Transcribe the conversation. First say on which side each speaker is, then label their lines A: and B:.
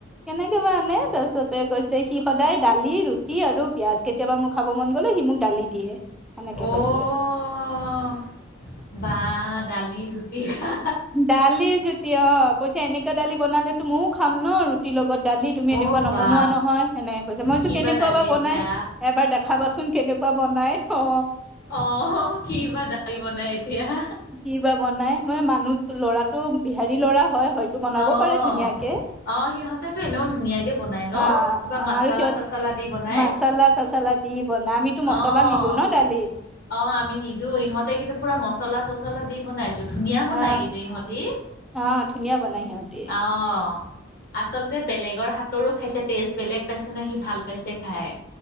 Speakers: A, in the centre; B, on the left (about 50°).
A: কেনেকে বা আনে তা--পছতে কৈছে সি সদায় দালি ৰুটি আৰু পিয়াজ কেতিয়াবা মোৰ খাব মন গলে সি মোক দালি দিয়ে। সেনেকে
B: অঅঅঅঅ
A: কৈছে
B: বা দালি ৰুটি খা
A: দালি যেতিয়া অ কৈছে এনেকা দালি বনালেতো মও খাম ন ৰুটিৰ লগত দালি তুমি এনেকুৱা
B: অ'
A: নবনোৱা
B: বা
A: নহয় সেনেকে কৈছ মই কৈছোঁ
B: কিবা
A: কেনেকুৱা
B: দালি
A: বা
B: এতিয়া
A: বনাই। এবাৰ দেখাবাচোন কেনেকুৱা বনাই। অ
B: অ কি বা দালি বনাই। এতিয়া
A: কি বা বনাই মই মানুহ ল'ৰাটো বিহাৰী লৰা হয় হয় টো বনাব
B: অ',
A: পাৰে ধুনীয়াকে।
B: অ সিহঁতেটো এনেও ধুনীয়াকে বনাই ন
A: অ
B: কিবা
A: অ
B: মাচালা
A: আৰু সিহঁত
B: চাচালা দি বনাই।
A: মাচালা চাচালা দি বনাই আমিতো মছলা
B: অ',
A: নিদো ন দালিত।
B: অ আমি নিদো ইহঁতে কিন্তু পুৰা মচলা মচলা চচলা দি বনাই ত ধুনীয়া বনাই
A: অ
B: কিন্তু ইহতি।
A: অ ধুনীয়া বনাই সিহঁতি
B: অহ। আচলতে বেলেগৰ হাতৰো খাইছে টেষ্ট বেলেগ পাইছে ন সি ভাল পাইছে খাই।